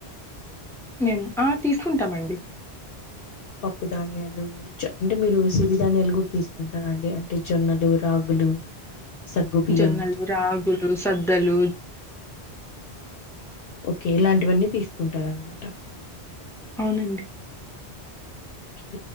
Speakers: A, in the centre; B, on the left.
A: మేము ఆ తీసుకుంటామండి
B: పప్పు ధాన్యాలు అంటే మీరు సిరిధన్యాలు కూడా తీసుకుంటారా అండి అంటే జొన్నలు రాగులు సగ్గుబియ్యం
A: జొన్నలు రగులు సద్దలు
B: ఓకే ఇలాంటివన్నీ తీసుకుంటారన్నమాట
A: అవునండి
B: కే